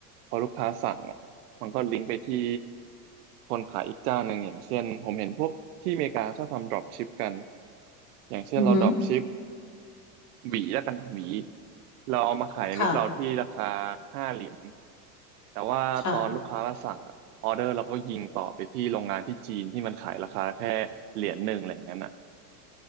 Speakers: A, on the right; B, on the left.
A: พอลูกค้าสั่งอ่ะมันก็ลิงก์ไปที่คนขายอีกเจ้าหนึ่งอย่างเช่นผมเห็นพวกที่อเมริกาชอบทำ drop ship กันอย่างเช่นเรา
B: อือหือ
A: drop ship หวีแล้วกันหวีเราเอามาขายในเว็บเราที่ราคา
B: ค่ะ
A: ห้าเหรียญแต่ว่าตอนลูกค้ามาสั่งอ่ะออเดอร์เราก็ยิงต่อไปที่โรงงานที่จีนที่มันขายราคาแค่เหรียญหนึ่งอะไรอย่างนั้นอ่ะ
B: ค่ะ